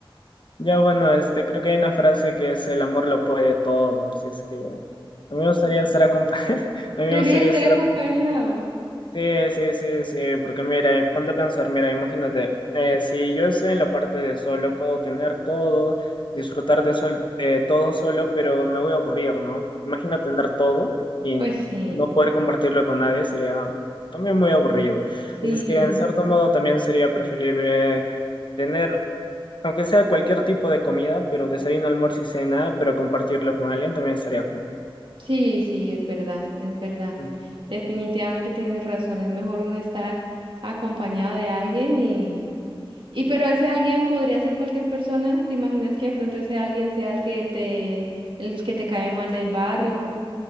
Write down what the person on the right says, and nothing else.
Prefieres
estar
acompañado.
Pues sí,
sí,
sí, sí, es verdad, es verdad.
Definitivamente tienes razón. Es mejor uno estar acompañado de alguien Y pero ese alguien podría ser cualquier persona. ¿Te imaginas que de pronto ese alguien sea el que te, el que te cae mal del barrio?